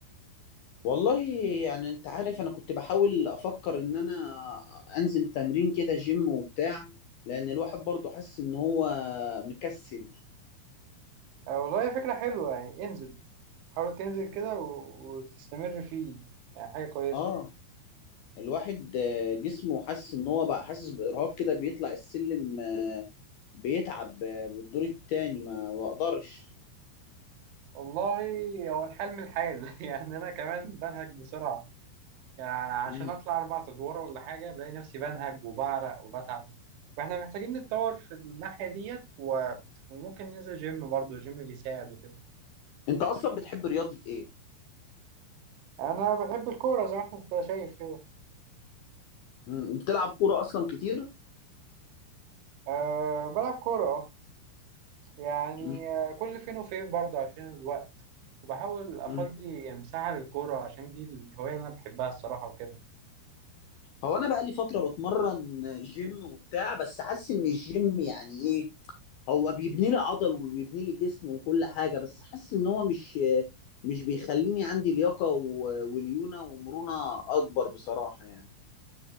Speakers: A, on the left; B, on the right.
A: والله يعني انت عارف انا كنت بحاول افكر ان انا انزل تمرين كده جيم وبتاع لان الواحد برضه حاسس ان هو مكسل
B: آه والله هي فكرة حلوة يعني انزل حاول تنزل كده و... وتستمر فيه يعني حاجة كويسة
A: اه الواحد آه، جسمه حاسس ان هو بقى حاسس بارهاق كده بيطلع السلم آه، بيتعب آه، بالدور التاني ما ما بقدرش
B: والله هو الحال من الحال <laughs> يعني أنا كمان بنهج بسرعة يعني عشان
A: مم.
B: أطلع أربع أدوار ولا حاجة بلاقي نفسي بنهج وبعرق وبتعب فإحنا محتاجين نتطور في الناحية ديت و... وممكن ننزل جيم برضه الجيم بيساعد وكده
A: انت اصلا بتحب رياضة ايه
B: انا بحب الكوره زي ما احنا- انت شايف كده
A: مم. بتلعب كورة اصلا كتير
B: أه بلعب كوره اه يعني
A: مم.
B: آه، كل فين وفين برضه عشان الوقت وبحاول افضي
A: مم.
B: مساحه للكوره عشان دي الهوايه اللي انا بحبها الصراحه وكده
A: هو انا بقى لي فترة بتمرن جيم وبتاع بس حاسس ان الجيم يعني ايه هو بيبني لي عضل وبيبني لي جسم وكل حاجة بس حاسس ان هو مش مش بيخليني عندي لياقة و- وليونة ومرونة اكبر بصراحة يعني